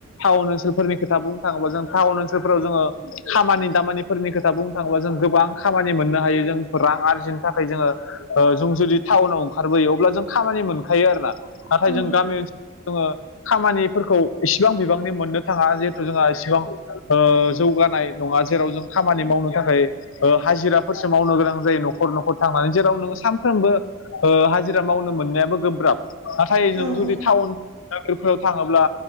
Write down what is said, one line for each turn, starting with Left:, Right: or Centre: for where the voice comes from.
Left: टाउन ओनसोलफोरनि खोथा बुंनो थाङोबा जों टाउन ओनसोलफोराव जोङो खामानि दामानिफोरनि खोथा बुं थाङोबा जों गोबां खामानि मोननो हायो जों रां आरजिनो थाखाय जोङो ओ जों जुदि टाउनाव ओंखारबोयो अब्ला जों खामानि मोनखायो आरोना। नाथाय
Right: औ
Left: जों गामि ओनसोलाव जोङो खामानिफोरखौ एसेबां बिबांनि मोननो थाङा जिहेथु जोंहा एसेबां ओ जौगानाय नङा जेराव जों खामानि मावनो थाखाय ओ हाजिराफोरसो मावनो गोनां जायो न'खर न'खर थांनानै जेराव नोङो सानफ्रोमबो ओ हाजिरा मावनो मोननायाबो गोब्राब। नाथाय जों
Right: औ
Left: जुदि
Right: औ
Left: टाउन साख्रिफोराव थाङोब्ला